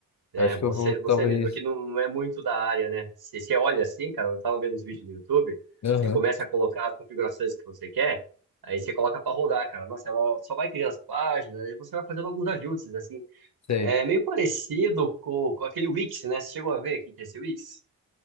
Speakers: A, on the right (about 60°); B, on the left (about 40°).
A: É,
B: acho
A: você,
B: que eu vou
A: você
B: talvez.
A: mesmo que não, não é muito da área, né? Se você olha assim, cara, eu tava vendo uns vídeos no YouTube,
B: Aham,
A: você começa a colocar as configurações que você quer, aí você coloca pra rodar, cara. Nossa, ela só vai criando as páginas, e você vai fazendo alguns ajustes, assim.
B: sei.
A: É meio parecido com, com aquele Wix, né? Você chegou a ver o que que é esse Wix?